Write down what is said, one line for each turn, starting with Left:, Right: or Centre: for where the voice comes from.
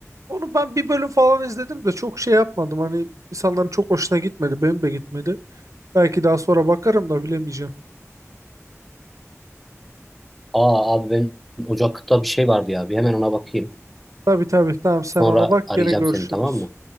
Right: onu ben bir bölüm falan izledim de çok şey yapmadım. Hani insanların çok hoşuna gitmedi. Benim de gitmedi. Belki daha sonra bakarım da bilemeyeceğim.
Centre: Aa abi ben Ocak'ta bir şey vardı ya. Bir hemen ona bakayım.
Right: Tabii tabii tamam sen
Centre: Sonra
Right: ona bak
Centre: arayacağım
Right: gene görüşürüz.
Centre: seni tamam mı?